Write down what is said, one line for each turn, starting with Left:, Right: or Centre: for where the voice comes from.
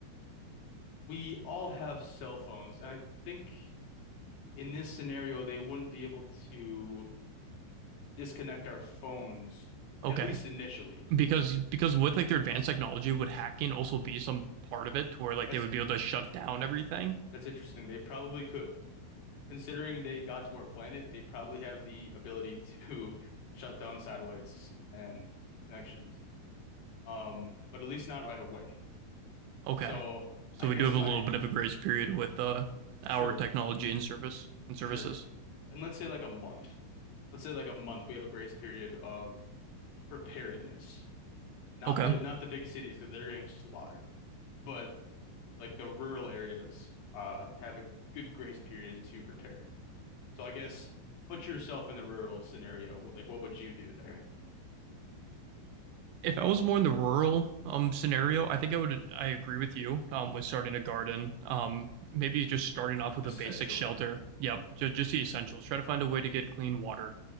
Left: we all have cell phones, and I think in this scenario they wouldn't be able to disconnect our phones,
Right: Okay,
Left: at least initially.
Right: because because with like their advanced technology, would hacking also be some part of it, to where like
Left: That's
Right: they would be able to shut down everything?
Left: that's interesting. They probably could. considering they got to our planet, they probably have the ability to <laughs> shut down satellites and connections. Um, but at least not right away.
Right: Okay.
Left: So
Right: So
Left: I guess
Right: we do have
Left: my
Right: a little bit of a grace period with uh, our
Left: sure,
Right: technology and service and services.
Left: sure. And let's say like a month. Let's say like a month, we have a grace period of preparedness. Not
Right: Okay.
Left: the not the big cities because they're getting slaughtered, but like the rural areas uh have a good grace period to prepare. So I guess put yourself in the rural scenario. What- Like what would you do there?
Right: If I was more in the rural um scenario, I think I would I agree with you um with starting a garden. Um maybe just starting off with
Left: essential.
Right: a basic shelter. Yep, just
Left: Yeah.
Right: just the essentials. Try to find a way to get clean water